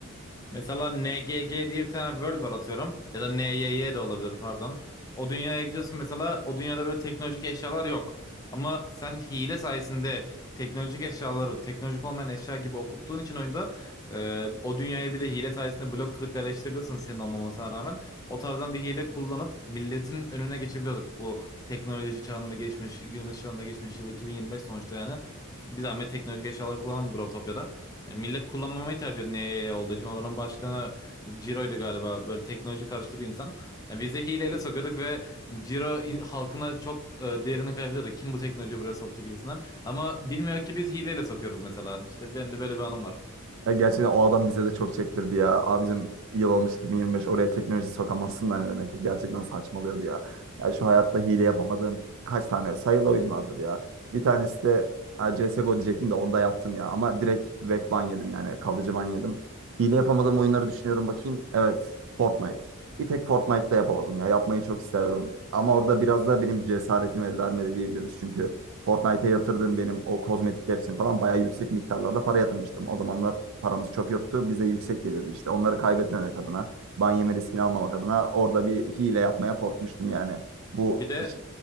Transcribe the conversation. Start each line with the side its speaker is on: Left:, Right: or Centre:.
Left: Mesela NGG diye bir tane world var atıyorum. Ya da NYY de olabilir pardon. O dünyaya gidiyorsun mesela o dünyada böyle teknolojik eşyalar yok. Ama sen hile sayesinde teknolojik eşyaları teknolojik olmayan eşya gibi okuttuğun için oyunda e, o dünyaya bile hile sayesinde blok kırıp yerleştirebiliyorsun senin olmamasına rağmen. O tarzdan bir hile kullanıp milletin önüne geçebiliyorduk. Bu teknoloji çağında geçmiş, günümüz çağında geçmiş yıl 2025 sonuçta yani. Bir zahmet teknolojik eşyaları kullanalım Growtopia'da. Ya millet kullanmamayı tercih ediyor NYY olduğu için. Oranın başkanı Ciro'ydu galiba. Böyle teknoloji karşıtı bir insan. Ya biz de hileyle sokuyorduk ve Ciro in- halkına çok e, değerini kaybediyordu. Kim bu teknolojiyi buraya soktu gibisinden. Ama bilmiyor ki biz hileyle sokuyoruz mesela. İşte benim de böyle bir anım var.
Right: Ya gerçekten o adam bize de çok çektirdi ya. Abicim yıl olmuş 2025 oraya teknoloji sokamazsın da ne demek ya. Gerçekten saçmalıyordu ya. Ya şu hayatta hile yapamadığım kaç tane sayılı oyun vardır ya. Bir tanesi de ha, CSGO diyecektim de onda yaptım ya. Ama direkt vek ban yedim yani kalıcı ban yedim. Hile yapamadığım oyunları düşünüyorum bakayım. Evet Fortnite. Bir tek Fortnite'da yapamadım ya. Yapmayı çok isterdim. Ama orada biraz da benim cesaretim el vermedi diyebiliriz. Çünkü Fortnite'e yatırdığım benim o kozmetikler için falan bayağı yüksek miktarlarda para yatırmıştım. O zamanlar paramız çok yoktu. Bize yüksek geliyordu işte. Onları kaybetmemek adına, ban yeme riskini almamak adına orada bir hile yapmaya korkmuştum yani. Bu
Left: Bir de
Right: hiç-